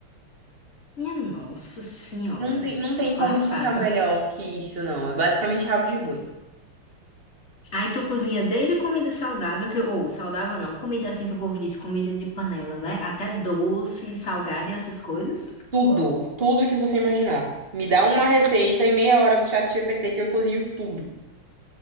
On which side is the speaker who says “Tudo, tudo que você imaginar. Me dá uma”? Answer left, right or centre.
Right